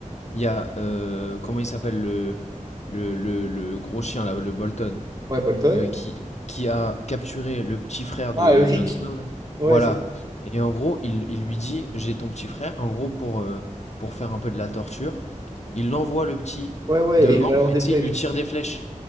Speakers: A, on the left; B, on the right.
A: il y a, euh, comment il s'appelle, le, le, le, le gros chien là, le Bolton,
B: Ouais Bolton.
A: heu, qui qui a capturé le petit frère de
B: Ah euh, Rick.
A: Jon Snow là.
B: Ouais
A: Voilà
B: c'est
A: et en gros, il il lui dit: «J'ai ton petit frère». En gros, pour, heu, pour faire un peu de la torture, il envoie le petit
B: ouais ouais
A: devant,
B: et il balance
A: mais
B: des
A: tu
B: flèches.
A: sais, il lui tire des flèches.